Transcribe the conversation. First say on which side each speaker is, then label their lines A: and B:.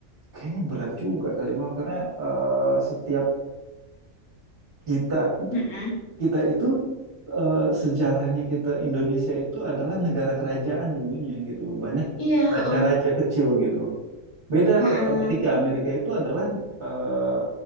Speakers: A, on the right; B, on the left.
A: kayaknya berat juga kali Mal. karena eh, setiap kita
B: Mm-mm.
A: kita itu eh, sejarahnya kita Indonesia itu adalah negara kerajaan dulunya gitu. loh. Banyak
B: iya
A: raja-raja
B: heeh
A: kecil gitu. Beda
B: heeh
A: kayak Amerika. Amerika itu adalah eh,